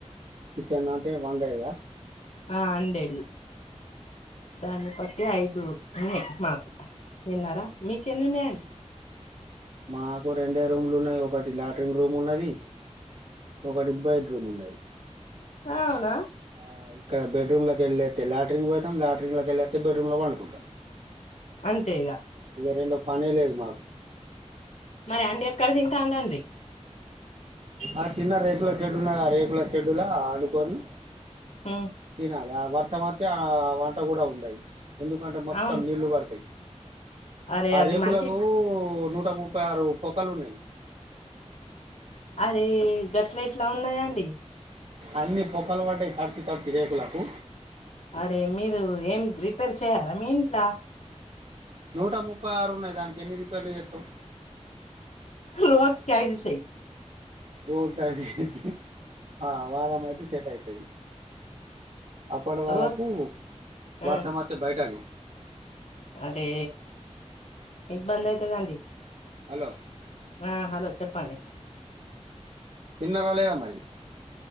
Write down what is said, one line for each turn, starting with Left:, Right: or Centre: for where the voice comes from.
Right: కిచ్చెన్ అంటే వండేద
Left: ఆ అండేది దాన్ని బట్టి ఐదు ఉన్నాయి మాకు విన్నారా మీకేన్నునాయి అండి
Right: మాకు రెండే రూమ్లు ఉన్నాయి ఒకటి లాట్రిన్ రూమ్ ఉన్నది ఒక‌ బెడ్ రూమ్ ఉన్నాది
Left: అవునా
Right: ఆ ఇక్కడ బెడ్రూమ్ లోక వెళ్ళతే లాట్రిన్ పోతాం లాటన్ లోల వెళ్ళస్తతే బెడ్రూమ్ లోకి పడుకుంటాం.
Left: అంతే ఇగ
Right: ఇగా రెండో పని లేదు మాకు
Left: మరి అండి ఎక్కడ తింటా అండండి
Right: ఆ చిన్న రేకుల షడ్యూల్ రేకుల అ షెడ్యూల్ ఆండుకొని.
Left: హ్మ్మ్
Right: తినాలి ఆ వర్షం వత్తే ఆ వంట కూడా ఉండది ఎందుకంటే మొత్తం
Left: అవును
Right: నీళ్లు పడతాయి
Left: అరే
Right: ఆ
Left: అది
Right: రేకులకు
Left: మంచి
Right: నూట ముప్ప. ముప్పై ఆరు పోక్కలు ఉన్నాయి.
Left: అరే గట్ల ఎట్లా ఉన్నాయాండి.
Right: అన్ని పొక్కలు పడ్డాయి తడ్చి తడిచి రేకులకు
Left: అరే మీరు ఏం రిపేర్ చేయారా మీ ఇంట్లా
Right: నూట ముప్పై ఆరు ఉన్నాయి దానికి ఎన్ని రీపేర్ లు చేత్తం
Left: రోజు కీ ఐదు సేయి
Right: దోక నైంటి ఆ వారం అయితే సెట్ అయితది అప్పటి వరకు
Left: రోజు
Right: వర్షం
Left: ఆ
Right: వత్తే బయటనే
Left: అరే ఇబ్బందైతదండి
Right: హలో
Left: ఆ హలో చెప్పండి
Right: తిన్నారా లేదా మరి